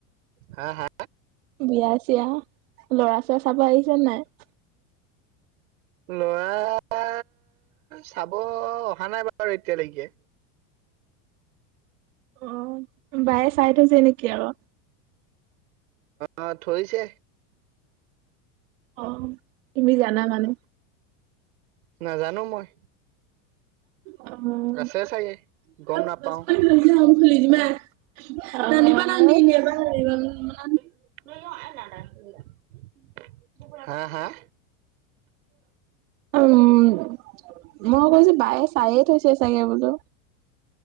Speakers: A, on the right (about 80°); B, on the right (about 65°).
A: হা হা
B: বিয়া চিয়া, ল'ৰা ছ'ৰা চাব আহিছে নাই
A: ল'ৰা চাব অহা নাই বাৰু এতিয়ালৈকে
B: অঁ বায়ে চাই থৈছে নেকি আকৌ
A: অঁ থৈছে
B: অঁ তুমি জানা মানে
A: নাজানো মই
B: <unintelligible>
A: আছে চাগে গম নাপাও
B: <unintelligible>
A: <unintelligible> হাঁ হাঁ
B: উম মই কৈছো বায়ে চায়ে থৈছে চাগে বোলো